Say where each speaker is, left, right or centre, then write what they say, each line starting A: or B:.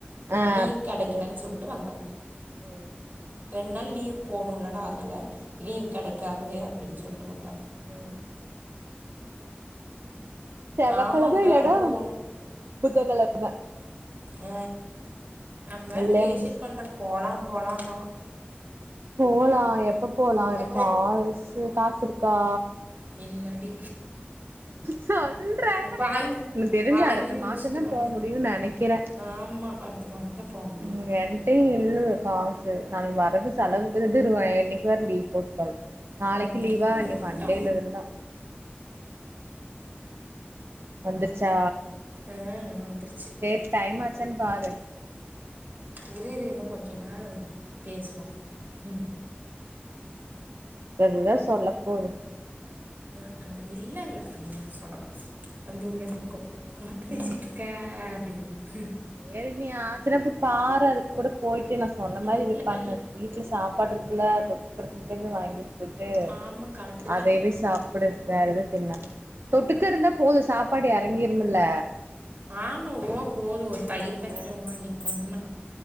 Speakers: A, on the right (about 75°); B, on the right (about 50°).
A: ஆ
B: லீவ்
A: அப்டி
B: கெடைக்கலன்
A: சொல்லிரு
B: சொல்ட்டு வந்துட்ற
A: ம்
B: ரெண் நாள் லீவ் போட்ணோலடா அதனால லீவ் கெடைக்காது அப்டின் சொல்ட்டு வந்துர்ற
A: ம் செவக்கெள
B: ஆமா அங்க
A: தா இல்லடோ
B: வேற போணு
A: புத்தகள அங்க
B: ஹ நம் வேற
A: எதுலயா
B: ஃபேஷியல்
A: ஒன்னு சொல்லு
B: பண்றப் போலாம் போலா என்னவோ
A: போலா எப் ப போலா எனக்கு
B: போ
A: காசு காசுருக்கா
B: இல்லடி
A: சொல்ற
B: வாங்கி
A: எனக்கு தெரிஞ்சி
B: வாங்கி
A: அடுத்த
B: முடிச்சுட்டு
A: மாசந்தா
B: வேணா
A: போ முடியு நெனைக்கிற
B: ஆமா அடுத்த மாதந்தா போ முடியு
A: <unintelligible> டே இல்ல காசு நாளை வரது செலவுக்கு <unintelligible> இன்னிக்கு வேற லீவ் போட்டு தொலச்சிட்ட நாளைக்கி
B: வந்துட்டா
A: லீவா இனி மண்டேல இருந்தா வந்துருச்சா
B: ஆ வந்துருச்சு
A: சேரி டைமாச்சான் பாரு
B: இரு இரு இன்னு கொஞ்ச நேரோ பேசுவோ ம்
A: அதுதா சொல்ல போது
B: அ ஆ இல்ல இல்ல <inaudible> சொல்லப்போது வந்து உள்ள நிக்கு வாட் பேசிட்ருக்க
A: ம்
B: அப்டின் உ
A: சேரி நீ <unintelligible> பாரு அது கூட போயிட் நா சொன்ன மாரி
B: இல்ல
A: போய் பண்ணு
B: இல்ல
A: வீட்ல சாப்பாடு இருக்கு இல்ல தொட்டுக்கிறக்க மட்டு எதா வாங்கிட்டு போய்ட்டு
B: ஆமா கரெக்ட்டு
A: அதயவே
B: தா
A: சாப்டு வேற எது தின்ன தொட்டுக்க இருந்த போ போது சாப்பாடு எறங்கிரும்ல
B: ஆமா ஓ போதும் தயிர் பேக்கெட்
A: ஆ
B: ஒன்னு வாங்கிட் போணும்னா